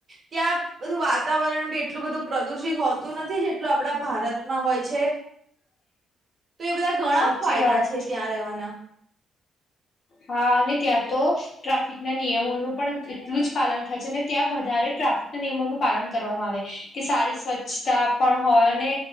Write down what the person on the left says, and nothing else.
સાચી
વાત
હા અને ત્યાં તો ટ્રાફિક ના નિયમોનું પણ એટલું જ પાલન થાય છે અને ત્યાં વધારે ટ્રાફિક ના નિયમોનું પાલન કરવામાં આવે. કે સારી સ્વચ્છતા પણ હોય અને